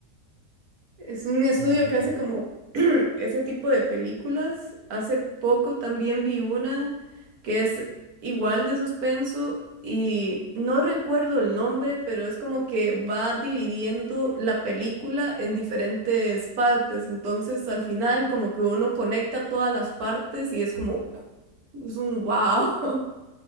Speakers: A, on the right (about 65°); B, on the left (about 60°).
A: Es un estudio
B: No, no.
A: que
B: puedo.
A: hace como <clears throat> ese tipo de películas. Hace poco también vi una que es igual de suspenso y no recuerdo el nombre, pero es como que va dividiendo la película en diferentes partes. Entonces al final como que uno conecta todas las partes y es como es un wow. <laughs>